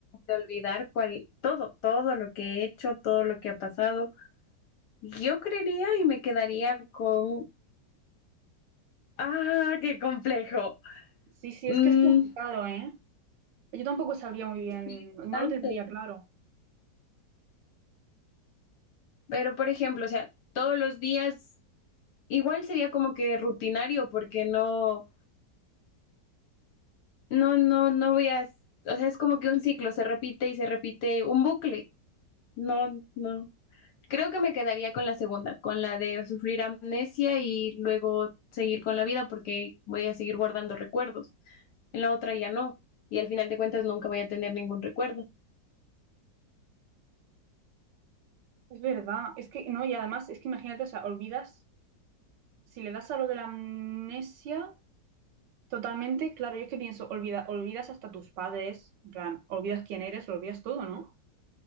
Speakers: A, on the left; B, on the right.
A: de olvidar cual, todo, todo lo que he hecho, todo lo que ha pasado. Yo creería y me quedaría con, ah, qué complejo.
B: Sí, sí,
A: Mm,
B: es que es complicado, ¿eh? Yo tampoco sabría muy bien,
A: sí,
B: no
A: bastante.
B: lo tendría claro.
A: Pero por ejemplo, o sea, todos los días igual sería como que rutinario porque no, no, no, no voy a, o sea, es como que un ciclo se repite y se repite un bucle. No, no. Creo que me quedaría con la segunda, con la de sufrir amnesia y luego seguir con la vida porque voy a seguir guardando recuerdos. En la otra ya no. Y al final de cuentas nunca voy a tener ningún recuerdo.
B: Es verdad, es que no, y además es que imagínate, o sea, olvidas, si le das a lo de la amnesia totalmente, claro, yo es que pienso, olvida, olvidas hasta tus padres, en plan, olvidas quién eres, lo olvidas todo, ¿no?